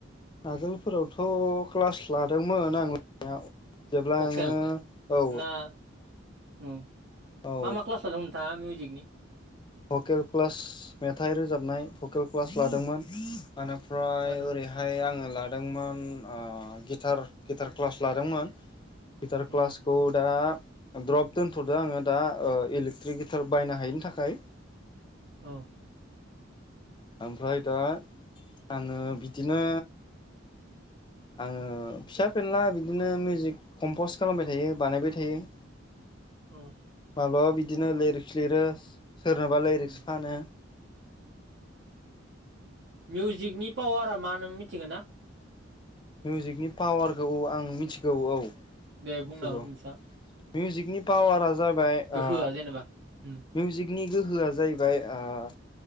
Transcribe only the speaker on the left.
आगोलफोरावथ' क्लास लादोंमोन आं जेब्ला
आङो औ
औ
भकेल क्लास मेथाइ रोजाबनाय भकेल क्लास लादोंमोन। एनिफ्राय
ओरैहाय आङो लादोंमोन अ गिटार गिटार क्लास लादोंमोन। गिटार
क्लासखौ दा द्रप दोनथ'दो आङो दा ओ इलेक्ट्रिक गिटार बायनो हायिनि थाखाय।
ओमफ्राय दा आङो बिदिनो आङो फिसा फेनला बिदिनो मिउजिक कमपस्ट खालामबाय थायो बानायबाय थायो। <inaudible>
माब्लाबा बिदिनो लिरिक्स लिरो सोरनोबा लिरिक्स
फानो।
मिउजिकनि पावारखौ औ आं मिथिगौ औ।
मिथिगौ
मिउजकनि जाबाय आ
मिउजिकनि गोहोआ जाहैबाय आ